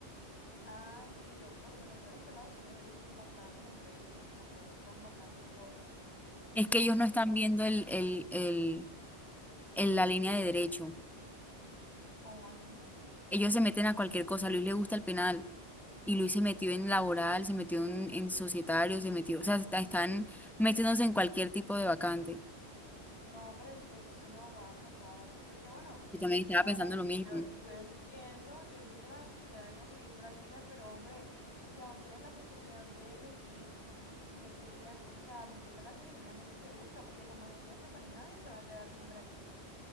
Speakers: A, on the left (about 70°); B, in the centre.
A: Ah, sí, yo por lo menos yo a los pelados sí los he visto en bastantes entrevistas, como que buscan bastantes cosas.
B: Es que ellos no están viendo el, el, el, el- la línea de derecho.
A: ¿Cómo así?
B: Ellos se meten a cualquier cosa. A Luis le gusta el penal. Y Luis se metió en laboral, se metió en, en societario, se metió, o sea, está- están metiéndose en cualquier tipo de vacante.
A: No, pero es que eso sí no aguanta, ¿sabes? Porque bueno,
B: Yo también estaba
A: ¿sabes?
B: pensando lo mismo.
A: Yo, yo entiendo, yo entiendo la necesidad de conseguir prácticas, pero hombre, si aún tienes la oportunidad de elegir, métete a, co- o sea, métete a la que genuinamente te gusta, porque como decía Stephanie, nadie se va a quedar sin prácticas,